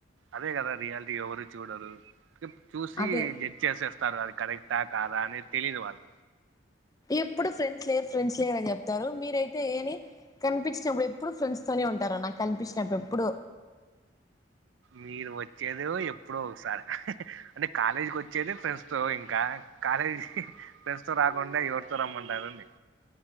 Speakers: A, on the right; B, on the left.
A: అదే కదా రియాలిటీ ఎవరు చూడరు చూసి
B: అదే
A: జడ్జ్ చేసేస్తారు వాది కరెక్టా కాదా అనేది తెలియదు వాళ్ళు
B: ఎప్పుడు ఫ్రెండ్స్ లేరు ఫ్రెండ్స్ లేరు అని చెప్తారు మీరయితే ఏని కనిపించినప్పుడు ఎప్పుడు ఫ్రెండ్స్ తోనే ఉంటారు నాకు కనిపించినప్పుడు ఎప్పుడు
A: మీరు వచ్చేదే ఎప్పుడో ఒకసారి అంటే కాలేజ్కి వచ్చేదే ఫ్రెండ్స్ తో ఇంకా కాలేజీ ఫ్రెండ్స్ తో రాకుండా ఎవర్తో రమ్మంటారండి